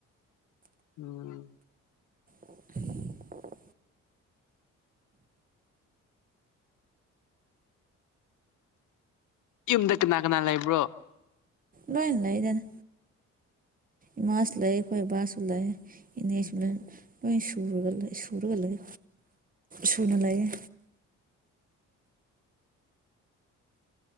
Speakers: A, on the left; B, on the right.
A: ꯎꯝ
B: <inaudible>
A: ꯌꯨꯝꯗ ꯀꯅꯥ ꯀꯅꯥ ꯂꯩꯕ꯭ꯔꯣ
B: ꯂꯣꯏꯅ ꯂꯩꯗꯅ ꯏꯃꯥꯁꯨ ꯂꯩ ꯑꯩꯈꯣꯏ ꯏꯕꯥꯁꯨ ꯂꯩ ꯏꯅꯦꯁꯨ ꯂꯣꯏ ꯂꯣꯏ ꯁꯨꯔꯒ ꯂꯩ ꯁꯨꯅ ꯂꯩꯌꯦ